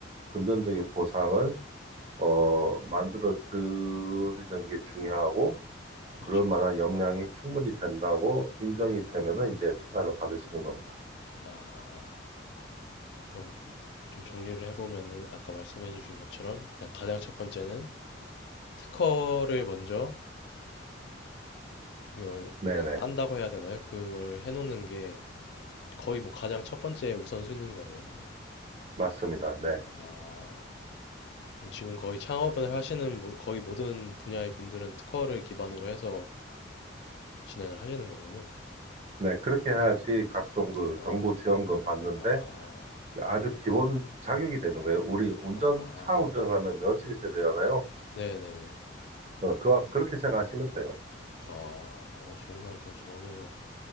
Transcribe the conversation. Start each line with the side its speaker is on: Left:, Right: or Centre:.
Right: 금전적인 보상을 어, 만들어 드리는 게 중요하고
Left: 그렇죠.
Right: 그럴 만한 역량이 충분히 된다고 인정이 되면은 이제 투자를 받으시는 겁니다.
Left: 아, 그럼. 좀 정리를 해보면은 아까 말씀해 주신 것처럼 일단 가장 첫 번째는 특허를 먼저 이걸
Right: 네네.
Left: 뭐냐 딴다고 해야 되나요? 그걸 해놓는 게 거의 뭐 가장 첫 번째 우선순위인 거네요. 예.
Right: 맞습니다. 네.
Left: 아, 그럼 지금 거의 창업을 하시는 모- 거의 모든 분야의 분들은 특허를 기반으로 해서 진행을 하시는 거군요.
Right: 네. 그렇게 해야지 각종 그
Left: 아,
Right: 정부 지원금 받는데
Left: 아,
Right: 아주 기본 자격이 되는 거예요. 우리 운전,
Left: 아, 아.
Right: 차 운전을 하면 면허증이 있어야 되잖아요.
Left: 네네.
Right: 어, 그와 그렇게 생각하시면 돼요.
Left: 아, 어, 정말 그건 전혀